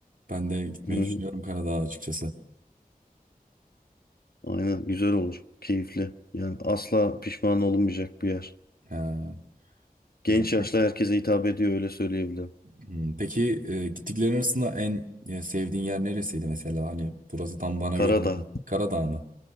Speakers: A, on the right (about 60°); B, on the left (about 80°).
A: Ben de gitmeyi
B: Hı hı.
A: düşünüyorum Karadağ'a açıkçası.
B: Aynen güzel olur. Keyifli. Yani asla pişman olunmayacak bir yer.
A: Ee,
B: Genç
A: güzel.
B: yaşlı herkese hitap ediyor öyle söyleyebilirim.
A: Hmm, Peki e, gittiklerin arasında en e, sevdiğin yer neresiydi mesela? Hani burası tam bana
B: Karadağ.
A: göre değil. Karadağ mı?